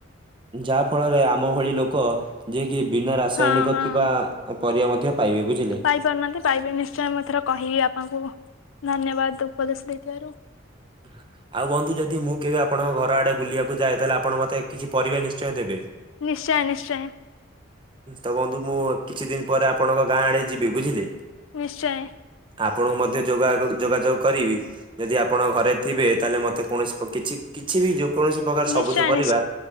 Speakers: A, on the right; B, on the left.
A: ଯାହା ଫଳରେ ଆମ ଭଳି ଲୋକ ଯିଏ କି ବିନା ରାସାୟନିକ
B: ହଁ ହଁ
A: ଥିବା ପରିବା ମଧ୍ୟ ପାଇବେ ବୁଝିଲେ।
B: ପାଇପାରୁନାହାନ୍ତି। ପାଇବେ ନିଶ୍ଚୟ ମୁଁ ଏଥର କହିବି ଆପଣଙ୍କୁ। ଧନ୍ୟବାଦ ଉପଦେଶ ଦେଇଥିବାରୁ।
A: <inaudible> ଆଉ ବନ୍ଧୁ ଯଦି ମୁଁ କେବେ ଆପଣଙ୍କ ଘର ଆଡେ ବୁଲିବାକୁ ଯାଏ ତାହେଲେ ଆପଣ ମତେ କିଛି ପରିବା ନିଶ୍ଚୟ ଦେବେ।
B: ନିଶ୍ଚୟ ନିଶ୍ଚୟ।
A: ତ ବନ୍ଧୁ ମୁଁ କିଛି ଦିନ ପରେ ଆପଣଙ୍କ ଗାଁ ଆଡେ ଯିବି ବୁଝିଲେ?
B: ନିଶ୍ଚୟ।
A: ଆପଣଙ୍କୁ ମଧ୍ୟ ଯୋଗ ଆଗକୁ- ଯୋଗାଯୋଗ କରିବି। ଯଦି ଆପଣ ଘରେ ଥିବେ। ତାଆଲେ ମତେ କୌଣସି କିଛି କିଛି ବି ଯୋଉ କୌଣସି ପ୍ରକାର
B: ନିଶ୍ଚୟ
A: ସବୁଜ ପରିବା